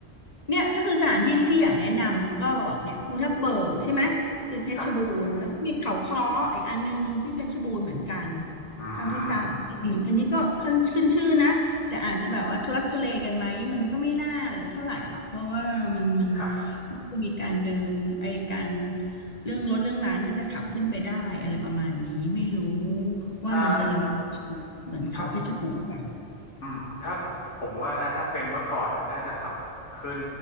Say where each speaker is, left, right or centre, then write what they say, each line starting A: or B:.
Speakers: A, on the left (about 35°); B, on the left (about 80°).
A: เนี่ยก็คือสถานที่ที่พี่อยากแนะนำก็เนี่ยภูทับเบิกใช่ไหมคือเพชรบูรณ์แล้วก็มีเขาค้ออีกอันนึงที่เพชรบูรณ์เหมือนกัน
B: ครับอืม
A: เท่าที่ทราบอืมอันนี้ก็ขึ้นขึ้นชื่อนะ แต่อาจจะแบบว่าทุลักทุเลกันไหมมันก็ไม่น่าเท่าไหร่หรอกเพราะว่ามันมัน
B: ครับ
A: น่าจะมีการเดินไอการเรื่องรถเรื่องร้านน่าจะขับขึ้นไปได้อะไรประมาณนี้ไม่รู้
B: ถ้า
A: ว่ามันจะลำเหมือนเขาเพชรกูฏป่ะ
B: ถ้าอืมถ้าผมว่านะถ้าเป็นเมื่อก่อนอ่ะน่าจะขับขึ้น